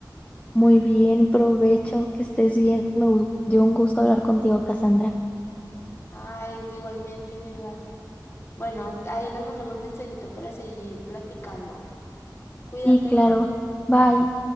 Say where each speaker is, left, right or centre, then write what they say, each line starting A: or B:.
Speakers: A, on the left; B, on the left.
A: Muy bien, provecho, que estés bien. Me gu- dio un gusto hablar contigo, Cassandra.
B: Ay, igualmente, Inelva. Bueno, ahí nos mandamos mensajito para seguir platicando. Cuídate.
A: Sí, claro. Bye.